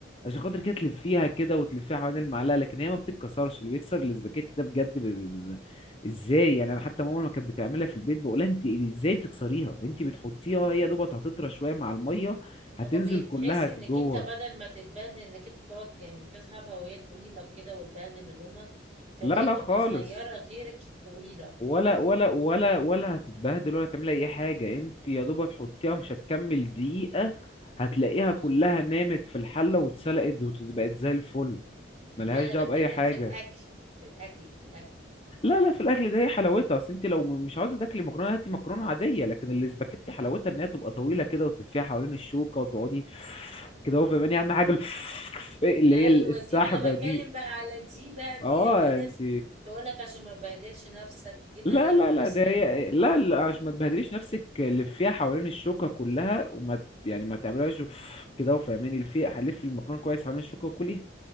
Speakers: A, on the left (about 30°); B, on the right (about 35°).
A: عشان خاطر كده تلفيها كده وتلفيها حوالين المعلقه لكن هي ما بتتكسرش اللي بيكسر الاسباجيتي ده بجد ب... ب... ب... ازاي يعني انا حتى ماما لما كانت بتعملها في البيت بقولها انت ازاي بتكسريها انت بتحطيها هي دوبت هتطرى شويه مع الميه هتنزل
B: هو بيتحس
A: كلها
B: انك
A: جوه
B: انت بدل ما تتبهدل انك انت تقعد يعني تسحب هواية طويلة كده وتبهدل هدومك فليه
A: لا لا
B: بتبقى
A: خالص
B: صغيرة غيرك الطويلة
A: ولا ولا ولا ولا هتتبهدل ولا هتعمل اي حاجه انت يا دوب هتحطيها مش هتكمل دقيقه هتلاقيها كلها
B: اه
A: نامت في الحله واتسلقت وبقت زي الفل ملهاش
B: لا انا
A: دعوه
B: بتكلم
A: باي حاجه
B: في الاكل في الاكل في الاكل
A: لا لا في الاكل ده هي حلاوتها اصل انت لو م- مش عاوزه تاكلي مكرونه هاتي مكرونه عاديه لكن الاسباجيتي حلاوتها ان هي تبقى طويله كده وتلفيها حوالين الشوكه وتقعدي كده هو فاهماني اهم حاجه ال- <laughs> اللي
B: ايوه
A: هي السحبه
B: دي ما انا بتكلم
A: دي
B: بقى على دي بقى ان
A: اه
B: هي في ناس
A: انت
B: تقولك عشان ما تبهدلش نفسك كده
A: لا
B: يروحوا
A: لا لا
B: اسمنت
A: ده هي لا لا عشان ما تبهدليش نفسك لفيها حوالين الشوكة كلها وما ت- يعني ما تعملهاش كده وفهماني لفي هلف المكرونة كويس حوالين الشوكة وكليها